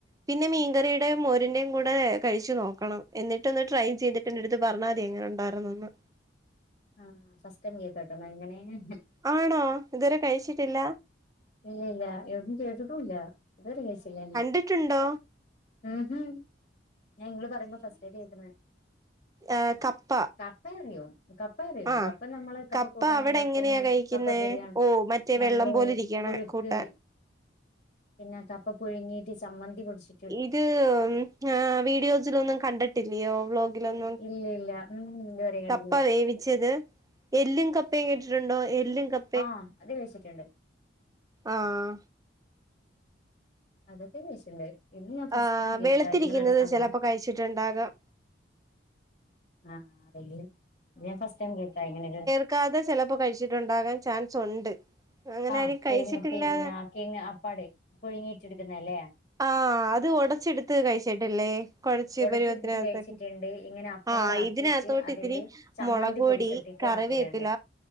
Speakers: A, on the right (about 20°); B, on the left (about 40°).
A: പിന്നെ മീൻകറിയുടെ മോരിന്റെയും കൂടെ കഴിച്ചു നോക്കണം എന്നിട്ടൊന്ന് ട്രൈ ചെയ്തി പ്പന്റെട്ത്ത് പർണതിര്ന്നുണ്ടര്ന്നന്ന്
B: ആ ഫസ്റ്റ്ടൈം കേക് ട്ടാ എങ്ങനെന്
A: ആണോ ഇതുവരെ കഴിച്ചിട്ടില്ല
B: ഇല്ലില്ല എവിട്ന്നും കേട്ടിട്ടുല്ല ഇത്വരെ കഴിച്ചില്ല
A: ട്ടുണ്ടോ
B: ഹ് ഹം ഞാൻ ഇങ്ങള് പറയുമ്പോ ഫസ്റ്റ് യിട്ട് കേക്ക്ന്ന
A: ഏ ഹ് കപ്പ
B: കപ്പ അറിയോ കപ്പ അറിയും
A: ആ
B: കപ്പ നമ്മള്
A: കപ്പ
B: കൂട്ടാൻ
A: അവടെ
B: ഉണ്ടാക്കും
A: എങ്ങനെയാ കഴിക്കുന്നേ
B: കപ്പ ബിരിയാണി
A: ഓ മറ്റേ
B: നമ്മള്
A: വെള്ളം പോലരി ക്കണെ
B: പുഴുക്ക്
A: കൂട്ടാൻ
B: പിന്നെ കപ്പ പുഴുങ്ങിയിട്ട് ചമ്മന്തി പൊടിച്ചി
A: ഇത് മ്മ്. വീഡിയോസിലൊന്നും കണ്ടിട്ടില്ലയോ വ്ലോഗ് ലൊന്നു
B: ഇല്ല ഇല്ല ഉം ഇതുവരെ കണ്ടില്ല
A: കപ്പ വേവിച്ചത് എല്ലു കപ്പേയേ കേട്ടിട്ടുണ്ടോ എല്ലും കപ്പ
B: ആ അത് കയിച്ചിട്ടുണ്ട്
A: ആഹആ
B: അതൊക്കെ കഴിച്ണ്ട്. ഇന്ന് ഞാ ഫസ്റ്റ്
A: ആഹ്
B: ടൈം കേക്കാ
A: വെളുത്തിരിക്കുന്നത്
B: ഇങ്ങനൊരു സംബവ.
A: ചിലപ്പോ കഴിച്ചിട്ടുണ്ടാകാം..
B: ആറീല്ല്യ. ഞാൻ ഫസ്റ്റ് ടൈം കേകാ ഇങ്ങനൊരു..
A: ക്കാതെ ചെലപ്പോ കഴിച്ചിട്ടുണ്ടാകാൻ ചാൻസ്ണ്ട്. അങ്ങനെ
B: ആഹ്
A: ആരും കഴിച്ചിട്ടില്ലാ..
B: കേങ്ങ് പിന്നെ കേങ്ങ് അപ്പാട് പുഴുങ്ങിറ്റ് എടുക്കുന്നലേ..
A: ആഹ് അത് ഉടച്ചെടുത്ത് കഴിച്ചിട്ടില്ലേ കൊഴച്ച്
B: ഒടത്തി
A: പരിവത്തിനകത്തൊക്കെ..
B: വെച്ചിട്ടും കഴിച്ചിട്ടുണ്ട് ഇങ്ങനെ അപ്പാടാക്കിയിട്ട്
A: ആഹ് ഇതിനകത്തോട്ട്
B: അതില്
A: ഇത്തിരി
B: ചമ്മന്തി
A: മുളകൊടി
B: പൊടിച്ചിട്ടിട്ടും
A: കറിവേപ്പില..
B: ആക്കലുണ്ട്